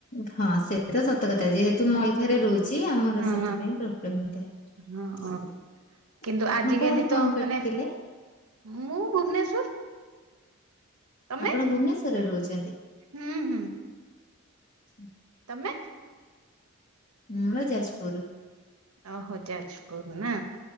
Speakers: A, on the left; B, on the right.
A: ହଁ ସେ ତ ସତକଥା ଯେହେତୁ ମଇଦାରେ ରହୁଚି ଆମର
B: ହଁ
A: ସେଥିପାଇଁ ପ୍ରୋବ୍ଲେମ ହେଇଥାଏ।
B: ହଁ କିନ୍ତୁ
A: ଆପଣ
B: ଆଜି କାଲି
A: କୋଉଠୁ ଫୋନ
B: ତ
A: କରିଥିଲେ
B: ମାନେ ମୁଁ ଭୁବନେଶ୍ଵର ତମେ
A: ଆପଣ ଭୁବନେଶ୍ୱରରେ ରହୁଚନ୍ତି?
B: ହୁଁ ହୁଁ।
A: ଆଛା।
B: ତମେ?
A: ମୋର ଯାଜପୁର।
B: ଓହୋ ଯାଜପୁର ନା